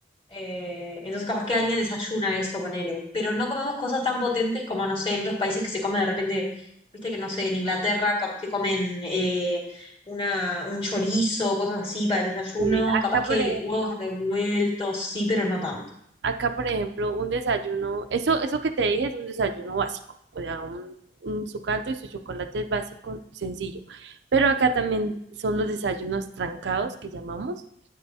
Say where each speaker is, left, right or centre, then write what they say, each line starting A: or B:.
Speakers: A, on the left (about 30°); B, on the right (about 80°).
A: eh, entonces capaz que alguien desayuna eso, ponele. Pero no comemos cosas tan potentes como, no sé, en otros países que se come de repente, viste que no sé, en Inglaterra capaz que comen eh, una, un chorizo, cosas así para el desayuno,
B: sí. Acá,
A: capaz
B: por
A: que
B: ejemplo,
A: huevos revueltos, sí, pero no tanto.
B: Acá, por ejemplo, un desayuno, eso, eso que te dije es un desayuno básico, o sea, un, un- su caldo y su chocolate es básico, sencillo. Pero acá también son los desayunos trancados que llamamos,